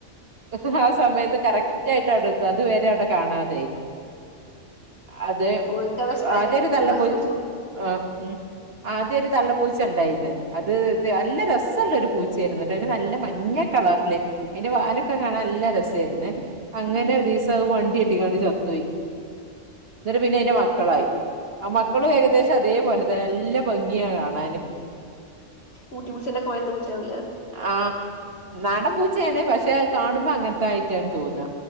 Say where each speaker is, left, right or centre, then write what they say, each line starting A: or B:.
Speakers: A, on the right; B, on the left.
A: ആഹ് സമയത്ത് കറക്റ്റ് ആയിട്ട് അവിടെ എത്തും അതുവരെ അവിടെ കാണാതെ അതെ
B: ഓൽക്കത് സ്മെല്ല്
A: ആദ്യം ഒരു തള്ള
B: കിട്ടും
A: പൊ
B: ഉം
A: ആഹ് ഉം ആദ്യം ഒരു തള്ള പൂച്ച ഉണ്ടായിരുന്നു അത് ഇത് നല്ല രസമുള്ള ഒരു പൂച്ചയായിരുന്നു ഒരു നല്ല മഞ്ഞ കളറില് അയിന്റെ വാലൊക്കെ കാണാൻ നല്ല രസമായിരുന്നെ അങ്ങനെ ഒരു ദിവസം അത് വണ്ടി തട്ടിക്കാണ്ട് ചത്തുപോയി എന്നിട്ട് പിന്നെ അതിൻ്റെ മക്കളായി ആഹ് മക്കളും ഏകദേശം അതേപോലെത്തന്നെ നല്ല ഭംഗിയാ കാണാന്
B: ഊട്ടി പൂച്ചേന്റെ കൊയത്ത് പൂച്ചാവില്ലേ
A: ആഹ്‌ നാടൻ പൂച്ചയാണ് പക്ഷെ കാണുമ്പോ അങ്ങനത്തായിട്ടാണ് തോന്നാ